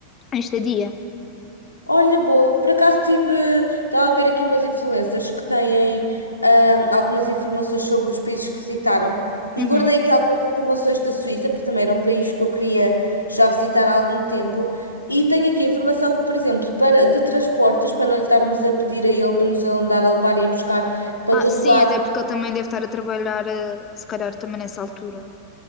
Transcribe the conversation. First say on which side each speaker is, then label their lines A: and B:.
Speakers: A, on the left (about 25°); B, on the left (about 85°).
A: em estadia.
B: Olha, boa, eu por acaso tive, estava a ver aqui umas influencers que têm ah, algumas informações sobre os países que visitaram e
A: Uhum.
B: guardei aqui algumas informações da Suíça, porque também era um país que eu queria já visitar há algum tempo. E tenho aqui a informação que, por exemplo, para, de transportes, para não lhe estarmos a pedir a ele para nos andar a levar e a buscar para
A: Ah,
B: todo
A: sim,
B: lado,
A: até porque ele também deve estar a trabalhar, eh, se calhar também nessa altura.